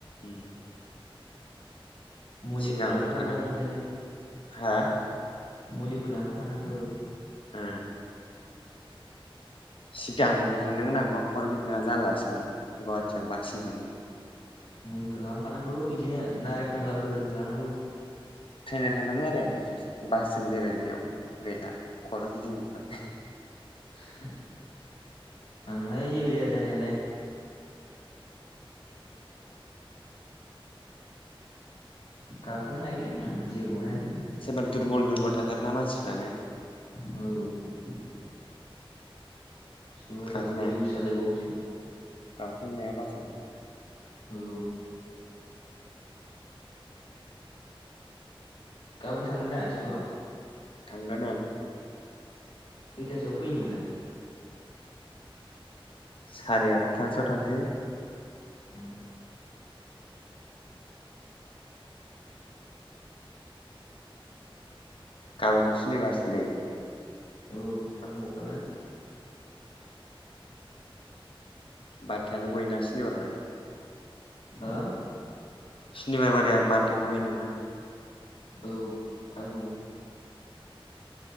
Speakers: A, on the left; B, on the left.
A: उम
B: मुलिफोर
A: सिगां
B: दानफाखानांगौ
A: थांदों
B: ओंखायनो
A: हा
B: मुलिफोर लांफाखानांगौ
A: ओ सिगां थांदोंमोन आंबा खर' गिदिं जालासोमोन बास जों थादोंमोन
B: मुलिफोर लांफानांगौ बिदिनो नारें खमलाफोर लांनांगौ
A: ट्रेनाव थांदोंमोन आरो ओमफ्राय ससे बासजों बेरायनायाव बेरायला खर गिदिंजोबबाय
B: <unintelligible> आंलाय जेबो जाया जानायालाय गाखोनो हायोलै आं जेबो मोना बिदिखौ
A: सोरबा दुरबल दुरबल थाखार ना मानसिफ्रानो
B: औ सोरबा सोरबा
A: गाखोनाया
B: भिउस जालायबावबायसो
A: गाखोनाया बासावनो
B: औ गाबोन थांगोन दा स्कुलाव
A: थांगोन ओ
B: खैथासोआव फैनो नोंलाय?
A: सारे आतथासोआव थांसै
B: ओ
A: गाबोनथ' सुनिबारसोलै
B: औ थाब गावखागोन
A: बारथथायानो गयोना सुनिबारआवहाय
B: हो
A: सुनिबार बाराया बारथथायावनो गयो नामा
B: औ थाब गयो